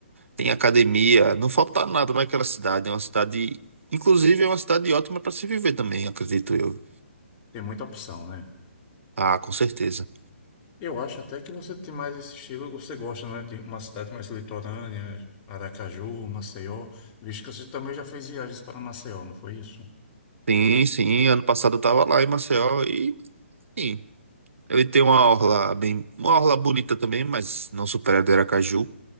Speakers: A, on the right; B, on the left.
A: tem academia, não falta nada naquela cidade. É uma cidade, inclusive, é uma cidade ótima para se viver também, acredito eu.
B: Tem muita opção, né?
A: Ah, com certeza.
B: Eu acho até que você tem mais esse estilo, você gosta, né, de uma cidade mais litorânea, Aracaju, Maceió, visto que você também já fez viagens para Maceió, não foi isso?
A: Sim, sim. Ano passado eu tava lá em Maceió e, sim, ele tem uma orla bem, uma orla bonita também, mas não supera a do Aracaju.